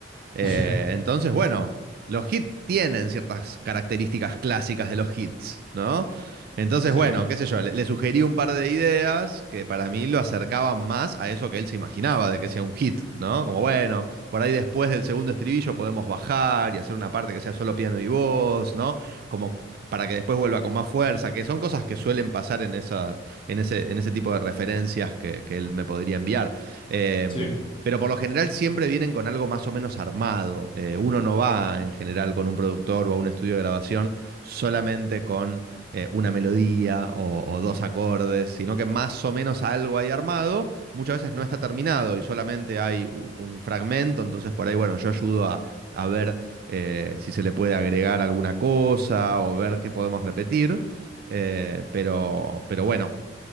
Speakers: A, on the right; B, on the left.
A: Eh,
B: <laughs>
A: entonces, bueno, los hits tienen ciertas características clásicas de los hits, ¿no? Entonces,
B: Sí,
A: bueno, qué sé yo, le, le sugerí un par de ideas que para mí lo acercaban más a eso que él se imaginaba de que sea un hit, ¿no? Como, bueno, por ahí después del segundo estribillo podemos bajar y hacer una parte que sea solo piano y voz, ¿no? Como para que después vuelva con más fuerza, que son cosas que suelen pasar en, esa, en, ese, en ese tipo de referencias que, que él me podría enviar. Eh,
B: sí,
A: pero por lo general siempre vienen con algo más o menos armado. Eh, uno no va en general con un productor o a un estudio de grabación solamente con eh, una melodía o, o dos acordes, sino que más o menos algo hay armado. Muchas veces no está terminado y solamente hay u- un fragmento, entonces por ahí, bueno, yo ayudo a, a ver eh, si se le puede agregar alguna cosa o ver qué podemos repetir. Eh, pero, pero bueno,